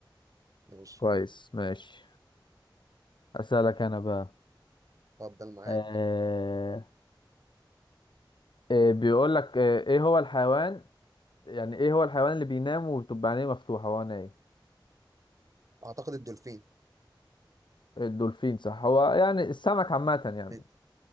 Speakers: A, on the right; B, on the left.
A: ماشي
B: كويس ماشي اسالك انا بقى
A: اتفضل معاك
B: آه... آه بيقول لك آه ايه هو الحيوان يعني ايه هو الحيوان اللي بينام وبتبقى عينيه مفتوحه هو نايم
A: اعتقد الدولفين
B: الدولفين صح هو يعني السمك عامه يعني
A: ليه؟